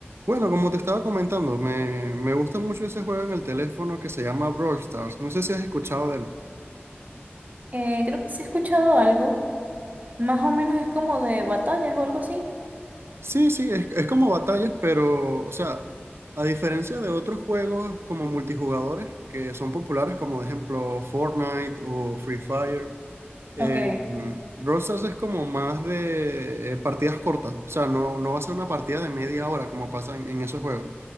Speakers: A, on the right; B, on the right.
A: Bueno, como te estaba comentando, me, me gusta mucho ese juego en el teléfono que se llama Brawl Stars. No sé si has escuchado de él.
B: Eh, creo que sí he escuchado algo. Más o menos es como de batallas o algo así.
A: Sí, sí, es, es como batallas, pero, o sea, a diferencia de otros juegos como multijugadores que son populares, como de ejemplo Fortnite o Free Fire, Eh,
B: Ok.
A: Brawl Stars es como más de eh, partidas cortas, o sea, no, no va a ser una partida de media hora como pasa en, en esos juegos.